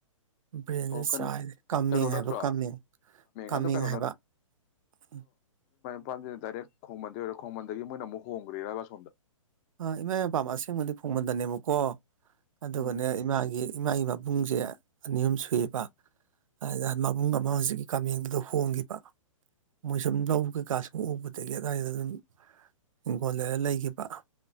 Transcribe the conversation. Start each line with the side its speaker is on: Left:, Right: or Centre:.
Right: ꯕ꯭ꯔꯦꯟꯗ
Left: ꯑꯣ ꯀꯩꯅꯣ
Right: ꯆꯥꯏꯔꯦ ꯀꯥꯃꯦꯡ
Left: ꯀꯩꯅꯣ ꯅꯠꯇ꯭ꯔꯣ
Right: ꯍꯥꯏꯕ ꯀꯥꯃꯦꯡ ꯀꯥꯃꯦꯡ
Left: ꯑꯗꯣ ꯀꯩꯅꯣ
Right: ꯍꯥꯏꯕ
Left: ꯅꯠ
Right: ꯎ
Left: ꯄꯥꯝꯁꯤꯅ ꯗꯥꯏꯔꯦꯛ ꯈꯣꯡꯃꯟꯗꯩ ꯑꯣꯏꯔ ꯈꯣꯡꯃꯟꯗꯒꯤ ꯃꯣꯏꯅ ꯑꯃꯨꯛ ꯍꯣꯡꯈ꯭ꯔꯦꯔꯕꯕꯥ ꯁꯣꯝꯗ
Right: ꯑ ꯏꯃꯥ ꯃꯄꯥ ꯑꯁꯦꯡꯕꯗꯤ ꯐꯣꯡꯃꯟꯗꯅꯦꯕꯀꯣ ꯑꯗꯨꯒꯅꯦ
Left: ꯎꯝ
Right: ꯏꯃꯥꯒꯤ ꯏꯃꯥꯒꯤ ꯕꯥꯕꯥ ꯃꯕꯨꯡꯁꯦ ꯑꯅꯤ ꯑꯍꯨꯝ ꯁꯨꯏꯕ ꯑꯗꯨꯗ ꯃꯕꯨꯡ ꯑꯃ ꯍꯧꯖꯤꯛꯀꯤ ꯀꯥꯃꯦꯡꯗꯨꯗ ꯍꯣꯡꯈꯤꯕ ꯃꯣꯏ ꯁꯨꯝ ꯂꯧ ꯀꯩꯀꯥ ꯁꯨꯝ ꯎꯕꯗꯒꯤ ꯑꯗꯨꯋꯥꯏꯗ ꯑꯗꯨꯝ ꯍꯤꯡꯈꯣꯜ ꯂꯩꯔ ꯂꯩꯈꯤꯕ